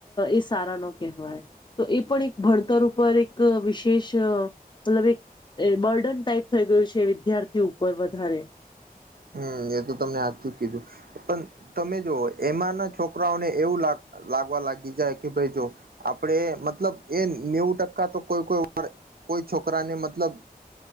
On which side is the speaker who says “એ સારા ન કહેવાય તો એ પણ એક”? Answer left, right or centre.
Left